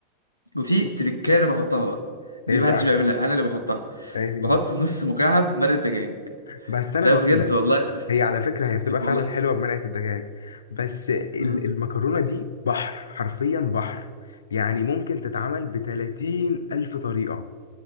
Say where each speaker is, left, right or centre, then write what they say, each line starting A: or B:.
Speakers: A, on the left (about 80°); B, on the left (about 70°).
A: وفي تريكايه انا بحطها بقى دي
B: ايه
A: محدش
B: بقى
A: بيعملها انا اللي بحطها
B: ايه هي
A: بحط نص مكعب مرق دجاج
B: بس انا
A: ده
B: هقول
A: بجد
B: لك
A: والله
B: هي على فكره هي بتبقى فعلا
A: والله
B: حلوه بمرقه الدجاج بس ال-
A: مم.
B: المكرونه دي بحر حرفيا بحر يعني ممكن تتعمل ب 30 الف طريقه